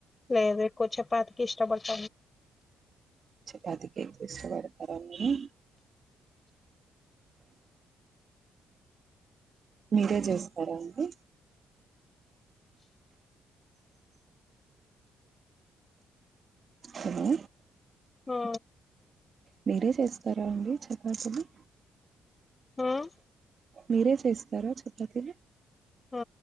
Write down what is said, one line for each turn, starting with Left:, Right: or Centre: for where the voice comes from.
Left: లేదెక్కువ చెప ఇష్టబడత
Right: చపాతికే ఎక్కవ ఇష్టపడతార మీరు మీరే చేస్తారా అండి హలో
Left: ఆ
Right: మీరే జేస్తారా అండి చపతీలు
Left: మ్మ్
Right: మీరే జేస్తారా చపాతిలు
Left: ఆ